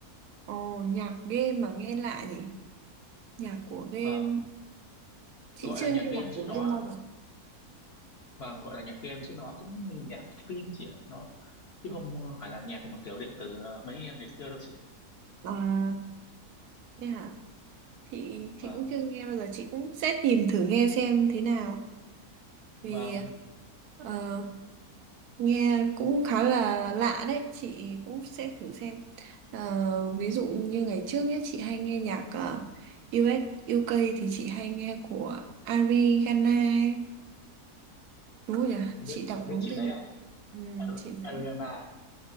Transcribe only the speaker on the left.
vâng
gọi
là nhạc
game
chứ
nó
và gọi là nhạc game chứ nó cũng như nhạc phim ấy chị ạ nó chứ
không phải là nhạc mà kiểu điện tử ờ, mấy em ngày xưa đâu chị
và
và
biết
em
biết chị
đấy ạ
Ar-
Ariana